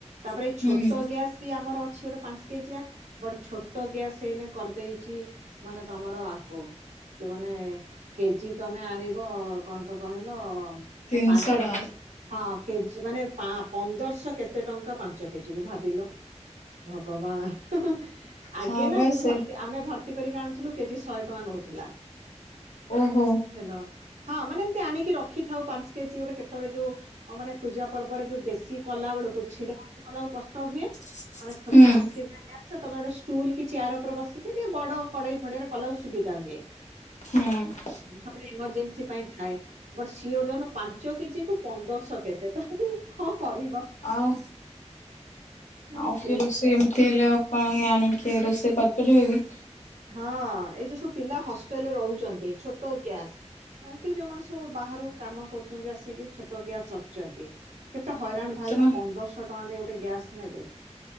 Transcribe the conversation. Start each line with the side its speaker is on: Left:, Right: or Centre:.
Right: ତାପରେ
Left: ହୁଁ
Right: ଏଇ ଛୋଟ ଗ୍ୟାସ୍ ବି ଆମର ଅଛି ଗୋଟେ ପାଞ୍ଚ କେଜିଆ ବଟ୍ ଛୋଟ ଗ୍ୟାସ ସେ ଏଇନେ କରିଦେଇଛି ମାନେ ତମର ଆକୋ। କି ମାନେ କେଜି ତମେ ଆଣିବ କଣ ତ କହିଲ
Left: ତିନିଶହ
Right: ମାନେ ପାଞ୍ଚ
Left: ଟଙ୍କା
Right: କେ ହଁ କେଜି ମାନେ ପାଁ ପନ୍ଦରଶହ କେତେ ଟଙ୍କା ପାଞ୍ଚ କେଜି କୁ ଭାବିଲ। ଭଗବାନ। ହଁ ହଁ ଆଗେ
Left: ହଁ
Right: ନା
Left: ବା
Right: ମୁଁ
Left: ସେ
Right: ଭର୍ତି ଆମେ ଭର୍ତି କରିକି ଆଣୁଥିଲୁ କେଜି ଶହେ ଟଙ୍କା ନଉଥିଲା।
Left: ଓହୋ
Right: ବୁଝିଲ ହଁ ମାନେ ଏମତି ଆଣିକି ରଖିଥାଉ ପାଞ୍ଚ କେଜି ଗୋଟେ କେତ୍ ଆଉ ଏ ଯୋଉ ଅ ମାନେ ପୂଜା ପର୍ବରେ ଯୋଉ ବେଶୀ କଲା ବେଳକୁ ଛିଡ଼ା ହେଇକି କଲା <unintelligible> କଷ୍ଟ ହୁଏ।
Left: ହୁଁ।
Right: ମାନେ <inaudible> ତମେ ଗୋଟେ ଷ୍ଟୁଲ କି ଚେୟାର ଉପରେ ବସିକି ଟିକେ ବଡ଼ କଡ଼େଇ ଫଡ଼େଇରେ କଲା <unintelligible> ସୁବିଧା ହୁଏ। ହ
Left: ହୁଁ।
Right: ମୋ ପାଖରେ ଏମର୍ଜେନ୍ସି ପାଇଁ ଥାଏ ବଟ୍ ସିଏ ଗୋଟେ ପାଞ୍ଚ କେଜି ପନ୍ଦରଶହ କେତେ ତମେ କଣ କରିବ।
Left: ଆଉ?
Right: ମାନେ
Left: ଆଉ କିଏ
Right: କେ
Left: ରୋଷେଇ ଏମିତି ହେଲେ ଆଉ କାଇଁ ଆଣିକି ରୋଷେଇ କରିପାରିବେ କି।
Right: ହଁ ଏ ଯୋଉ ସବୁ ପିଲା ହଷ୍ଟେଲରେ ରହୁଛନ୍ତି ଛୋଟ ଗ୍ୟାସ୍ ଆ କି ଯୋଉମାନେ ସବୁ ବାହାରୁ କାମ କରୁଛନ୍ତି ଆସିକି ଛୋଟ ଗ୍ୟାସ୍ ରଖିଛନ୍ତି। କେତେ ହଇରାଣ ଭାବିଲ
Left: ସେମାନେ
Right: ପନ୍ଦରଶହ ଟଙ୍କା ଦେଇ ଗୋଟେ ଗ୍ୟାସ୍ ନେବେ।